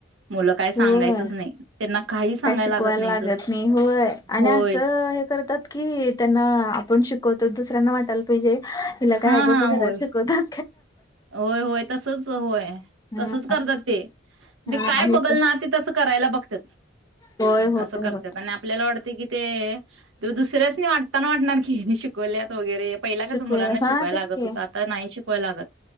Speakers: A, on the right; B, on the left.
A: मुलं काय सांगायचंच
B: होय
A: नाही त्यांना काही सांगायला
B: काय शिकवायला
A: नाही
B: लागत
A: जस
B: नाही होय आणि
A: होय
B: असं हे करतात की त्यांना आपण शिकवतो दुसऱ्यांना वाटायला पाहिजे तिला काय
A: हा
B: आई
A: हा
B: बाबा
A: होय
B: घरात शिकवतय
A: होय होय तसच होय
B: हा
A: तसच करतात ते
B: हा
A: ते काय बघल ना ते तं करायला बघत
B: होय होय
A: असं करत
B: होय
A: आणि आपल्याला कि ते दुसऱ्याच वाटता वाटणार की शिकवल्यात वगैरे पहिला काच
B: शिकव
A: मुलांना शिकवाय
B: हा तेच
A: लागत
B: की
A: होता आता नाही क लागत